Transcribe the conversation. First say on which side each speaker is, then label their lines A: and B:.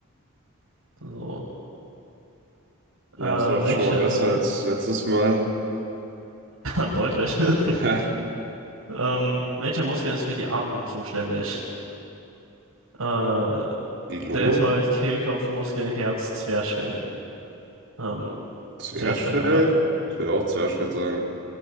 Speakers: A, on the right; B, on the right.
A: so.
B: Ja,
A: Äh,
B: so läuft
A: welche?
B: schon mal besser als letztes Mal.
A: <laughs> Deutlich. <laughs>
B: <laughs> Ja,
A: Ähm, welcher Muskel ist für die Atmung zuständig? Äh,
B: die Lunge,
A: Deltoid, Kehlkopfmuskel, Herz, Zwerchfell. Ähm,
B: Zwerchfell,
A: Zwerchfell, oder?
B: ich würde auch Zwerchfell sagen.